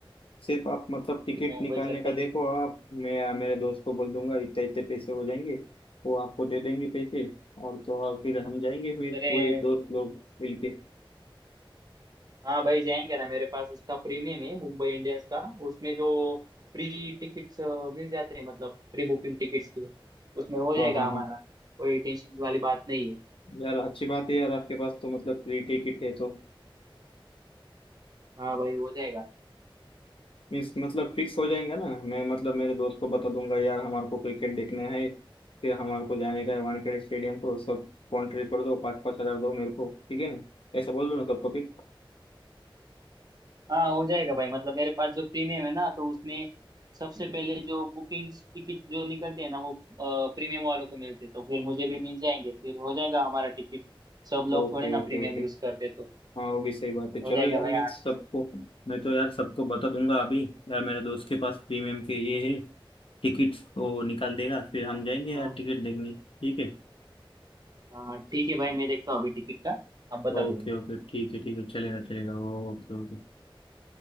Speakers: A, on the left (about 75°); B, on the right (about 45°).
A: सिर्फ आप मतलब टिकट
B: मुंबई
A: निकालने
B: चेन्नई
A: का देखो
B: की
A: आप मैं मेरे दोस्त को बोल दूंगा इतने इतने पैसे हो जाएंगे वो आपको दे देंगे पैसे और तो और फिर हम जाएंगे फिर
B: अरे
A: पूरे दोस्त लोग मिलके
B: हाँ भाई जाएंगे ना मेरे पास उसका प्रीमियम है मुंबई इंडियंस का उसमें जो प्री टिकट्स मिल जाते हैं मतलब प्री बुकिंग टिकट्स की उसमें हो
A: हाँ
B: जाएगा
A: हाँ
B: हमारा
A: हाँ
B: कोई टेंशन वाली बात नहीं है
A: यार अच्छी बात है यार आपके पास तो मतलब फ्री टिकट है तो
B: हाँ भाई हो जाएगा
A: मीन्स मतलब फिक्स हो जाएगा ना मैं मतलब मेरे दोस्त को बता दूंगा यार हमारे को क्रिकेट देखना है फिर हमारे को जाने का है वानखेड़े स्टेडियम को सब कॉन्ट्री कर दो पाँच पाँच हजार दो मेरे को ठीक है ना ऐसा बोल दो ना सबको भी
B: हाँ हो जाएगा भाई मतलब मेरे पास जो प्रीमियम है ना तो उसमें सबसे पहले जो बुकिंग टिकट जो निकलते हैं ना वो प्रीमियम वालों को मिलते हैं तो फिर मुझे भी मिल जाएंगे फिर हो जाएगा हमारा टिकट सब लोग
A: ओके
B: थोड़ी ना
A: ओके
B: प्रीमियम
A: ओके
B: यूज करते तो
A: हाँ वो भी सही बात है चलो
B: हो जाएगा
A: यार
B: भाई
A: मैं
B: आराम
A: सबको
B: से
A: मैं तो यार सबको बता दूंगा अभी यार मेरे दोस्त के पास प्रीमियम के ये है टिकट वो निकाल देगा फिर हम जाएंगे
B: हाँ
A: यार टिकट देखने ठीक है
B: हाँ हाँ, ठीक है भाई मैं देखता हूँ अभी टिकट का आप बता
A: ओके
B: दो
A: ओके ठीक है ठीक है चलेगा चलेगा ओके ओके